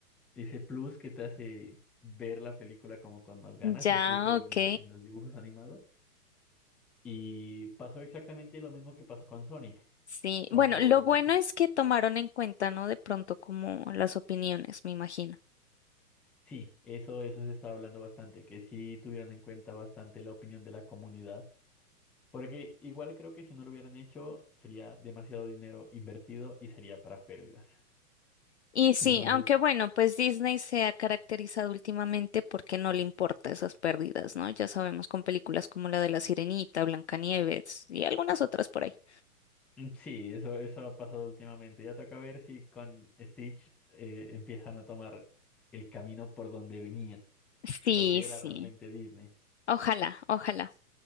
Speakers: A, in the centre; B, on the left.
A: ese plus que te hace ver la película como con más ganas,
B: Ya,
A: incluso
B: ok.
A: en el- en los dibujos animados. Y pasó exactamente lo mismo que pasó con Sonic.
B: Sí.
A: Cuando,
B: Bueno, lo bueno es que tomaron en cuenta, ¿no? De pronto como las opiniones, me imagino.
A: sí, eso, eso se estaba hablando bastante, que sí tuvieran en cuenta bastante la opinión de la comunidad. Porque igual creo que si no lo hubieran hecho, sería demasiado dinero invertido y sería para pérdidas.
B: Y sí,
A: Entonces...
B: aunque bueno, pues Disney se ha caracterizado últimamente porque no le importa esas pérdidas, ¿no? Ya sabemos con películas como la de La Sirenita, Blancanieves y algunas otras por ahí.
A: Mm, Sí, eso, eso ha pasado últimamente. Ya toca ver si con Stitch eh, empiezan a tomar el camino por donde venían,
B: Sí,
A: lo que
B: sí.
A: era realmente Disney.
B: Ojalá, ojalá.